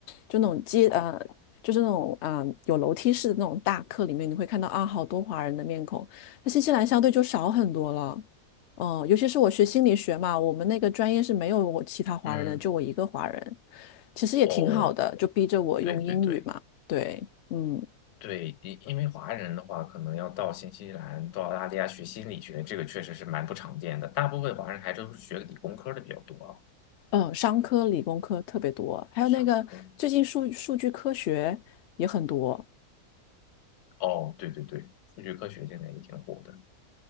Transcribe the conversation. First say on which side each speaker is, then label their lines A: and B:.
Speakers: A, on the left (about 60°); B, on the left (about 80°).
A: 就那种街呃，就是那种啊、呃有楼梯式的那种大课里面，你会看到啊好多华人的面孔。那新西兰相对就少很多了，嗯、尤其是我学心理学嘛，我们那个专业是没有我其他华人的，
B: 嗯，
A: 就我一个华人，其实也挺好的，
B: 哦，
A: 就逼着我用英语嘛，
B: 对对对。
A: 对，嗯。
B: 对，因因为华人的话，可能要到新西兰、到澳大利亚学心理学，这个确实是蛮不常见的。大部分华人还都是学理工科的比较多啊，
A: 嗯，商科、理工科特别多，还有那个最近数数据科学也很多。
B: 商科。哦，对对对，数据科学现在也挺火的。